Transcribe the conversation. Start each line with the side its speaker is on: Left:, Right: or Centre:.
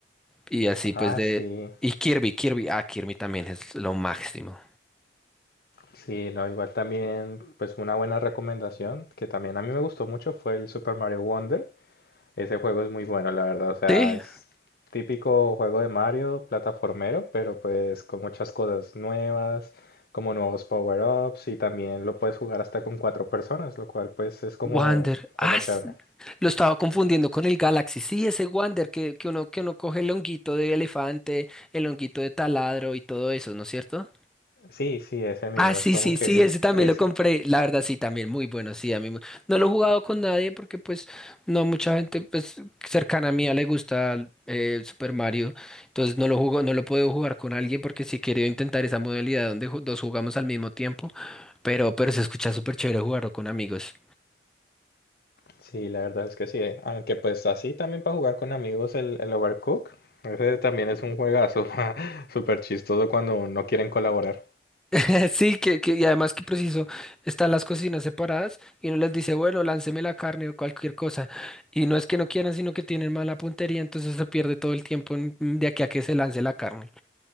Centre: Y así pues
Left: Ah,
Centre: de...
Left: sí.
Centre: Y Kirby, Kirby. Ah, Kirby también es lo máximo.
Left: Sí, no, igual también, pues una buena recomendación que también a mí me gustó mucho fue el Super Mario Wonder. Ese juego es muy bueno, la verdad. O sea,
Centre: Sí.
Left: es típico juego de Mario, plataformero, pero pues con muchas cosas nuevas, como nuevos power-ups y también lo puedes jugar hasta con cuatro personas, lo cual pues es como,
Centre: Wander.
Left: como
Centre: Ah, s-
Left: chévere.
Centre: lo estaba confundiendo con el Galaxy. Sí, ese Wander que, que uno, que uno coge el honguito de elefante, el honguito de taladro y todo eso, ¿no es cierto?
Left: Sí, sí, ese mismo,
Centre: Ah, sí,
Left: es como
Centre: sí,
Left: que
Centre: sí, ese también
Left: ese.
Centre: lo compré. La verdad, sí, también muy bueno. Sí, a mí me- no lo he jugado con nadie porque, pues, no mucha gente, pues, cercana a mí le gusta eh, Super Mario. Entonces, no lo jugo, no lo puedo jugar con alguien porque sí he querido intentar esa modalidad donde ju- dos jugamos al mismo tiempo. Pero, pero se escucha súper chévere jugarlo con amigos.
Left: Sí, la verdad es que sí. eh. Aunque pues así también para jugar con amigos el, el Overcooked. Ese también es un juegazo <laughs> súper chistoso cuando no quieren colaborar.
Centre: <laughs> Sí, que, que, y además que preciso, están las cocinas separadas y uno les dice, bueno, lánceme la carne o cualquier cosa. Y no es que no quieran, sino que tienen mala puntería, entonces se pierde todo el tiempo en- de aquí a que se lance la carne.